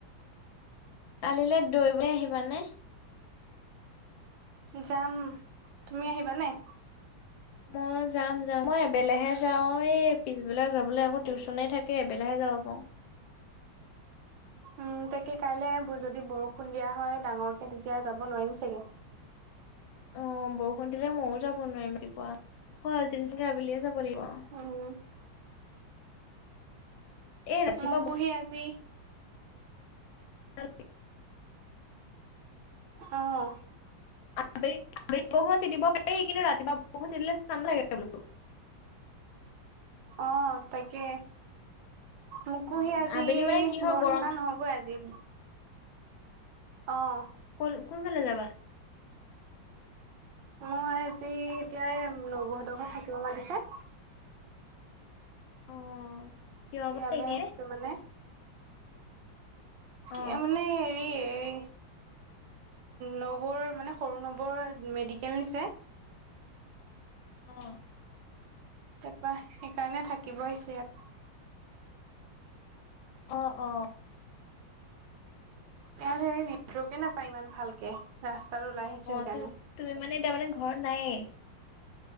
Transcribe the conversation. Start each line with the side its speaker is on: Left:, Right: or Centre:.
Left: কালিলৈ দৈৰিবলৈ আহিবানে?
Right: যাম। তুমি আহিবা নাই?
Left: মই যাম যাম। মই এবেলাহে যাওঁ এই পিছবেলা যাবলৈ আকৌ টিউশচনেই থাকে। এবেলহে যাব পাৰো।
Right: উম তাকে কাইলৈ যদি বৰষুণ দিয়া হয়। ডাঙৰকে তেতিয়া যাব নোৱাৰিম চাগে।
Left: অঁ, বৰষুণ দিলে মইও যাব নোৱাৰিম। ৰাতিপুৱা আজি নিচিনকে আবেলিয়ে যাব লাগিব আও
Right: উম
Left: এ ৰাতিপুৱা
Right: মোকো
Left: ব
Right: সেই আজি
Left: <unintelligible>
Right: অঁ।
Left: আবেলি আবেলিৰ বৰষুণটো তিতিব পাৰি কিন্তু ৰাতিপুৱা বৰষুণ তিতিলে ঠাণ্ডা লাগে বোলো।
Right: অ, তাকে। মোকো
Left: উম,
Right: হেই আজি
Left: আবেলি
Right: ঘৰত
Left: মানে কি হয় গৰমটো
Right: থকা নহবই আজি। অঁ।
Left: কো কোন ফালে যাবা?
Right: মই আজি এতিয়া এই নবৌ হ'তৰ ঘৰত থাকিব মাতিছে।
Left: অ' কিয়
Right: এয়ালে
Left: বা এনে
Right: আহিছো মানে। কিয়
Left: অ'
Right: মানে আজি এই নবৌৰ মানে সৰু নবৌৰ মানে মেডিকেল নিছে।
Left: অ'।
Right: তাৰপৰা সেইকাৰণে থাকিব আহিছো ইয়াত।
Left: অ অ।
Right: ইয়াত হেৰি নেটৱৰ্কে নাপায় ইমান ভালকে, ৰাস্তালৈ ওলাই
Left: অ'
Right: আহিছো
Left: অ'
Right: সেইকাৰণে।
Left: তুমি মানে এতিয়া মানে ঘৰত নাইয়ে?